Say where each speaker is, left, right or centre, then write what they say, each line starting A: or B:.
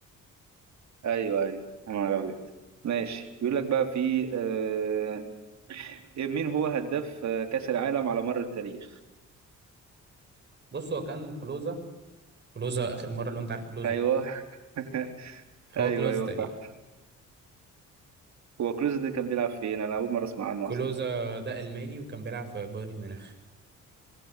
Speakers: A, on the right (about 65°); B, on the right (about 35°).
A: ايوه ايوه يا نهار أبيض ماشي بيقول لك بقى في آه، مين هو هداف آه، كأس العالم على مر التاريخ
B: بص هو كان كلوزا كلوزا اخر مره لو انت عارف كلوزا
A: ايوه <laughs>
B: هو
A: ايوه
B: كلوزا
A: ايوه
B: تقريبا
A: صح هو كروز ده كان بيلعب فين انا اول مره اسمع عنه
B: كلوزا
A: اصلا
B: ده الماني وكان بيلعب في بايرن ميونخ